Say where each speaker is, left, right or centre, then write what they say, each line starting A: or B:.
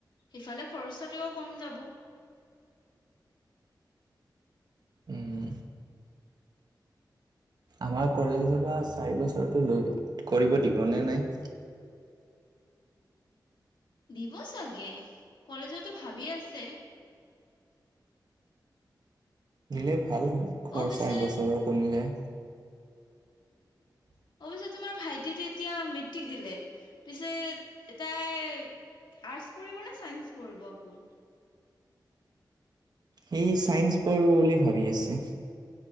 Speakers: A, on the left; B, on the right.
A: সেইফালে খৰচ পাতিও কম যাব।
B: উম। আমাৰ কলেজৰ পৰা চাৰি বছৰটো লৈ, কৰিব দিবনে নাই।
A: দিব চাগে, কলেজেতো ভাবি আছে।
B: দিলে ভাল হয়, খৰচা
A: অ' পিছে
B: এবছৰৰ কমি যায়। <inaudible>
A: অৱশ্যে তোমাৰ ভাইটিটো এতিয়া মেট্ৰিক দিলে পিছে তাই আৰ্টচ পঢ়িব নে চাইন্স পঢ়িব আকৌ?
B: সি চাইন্স পঢ়িব বুলি ভাবি আছে।